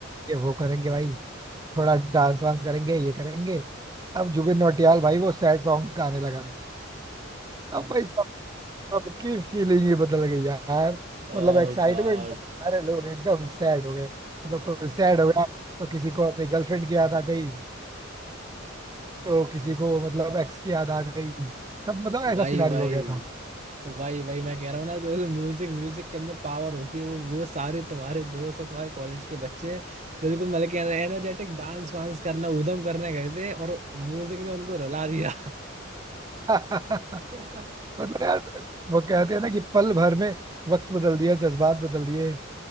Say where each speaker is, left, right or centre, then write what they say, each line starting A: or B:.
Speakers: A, on the right; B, on the right.
A: ये वो करेंगे भाई थोड़ा डांस वांस करेंगे ये करेंगे अब जुबिन नौटियाल भाई वो सैड सॉन्ग्स गाने लगा अब भाई सब सबकी फीलिंग ही बदल गई यार
B: <laughs> ओ
A: मतलब एक्साइटमेंट
B: गॉड
A: से सारे लोग एकदम सैड हो गए मतलब कोई सैड हो गया तो किसी को अपनी गर्लफ्रेंड की याद आ गई तो किसी को मतलब एक्स की याद आ गई सब मतलब
B: <laughs>
A: ऐसा
B: भाई
A: सिनारी
B: भाई
A: हो गया
B: वही वही मैं कह रहा हूँ ना जो म्यूजिक म्यूजिक के अंदर पावर होती है वो वो सारे तुम्हारे दोस्त और तुम्हारे कॉलेज के बच्चे बिल्कुल मतलब कि एनर्जेटिक डांस वांस करना ऊधम करने गए थे और म्यूजिक ने उनको रुला दिया
A: था <laughs>
B: <laughs>
A: मतलब यार वो कहते हैं ना कि पल भर में वक्त बदल दिया जज्बात बदल दिए